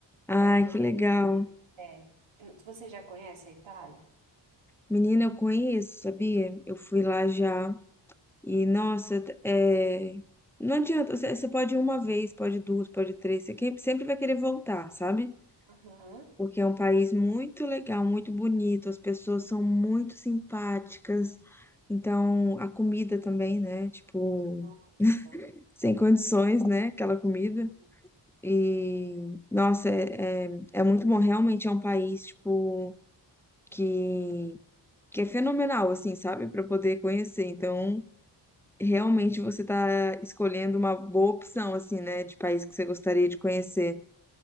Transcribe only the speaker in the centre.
Ai,
que legal.
Menina, eu conheço, sabia? Eu fui lá já e, nossa, é... não adianta, você você pode ir uma vez, pode duas, pode três, você que- sempre vai querer voltar, sabe?
porque é um país muito legal, muito bonito, as pessoas são muito simpáticas. Então, a comida também, né? Tipo,
sem condições, né? Aquela comida.
E, nossa, é, é, é muito bom. Realmente é um país, tipo, que, que é fenomenal, assim, sabe? Para poder conhecer. Então, realmente você tá escolhendo uma boa opção, assim, né? De país que você gostaria de conhecer.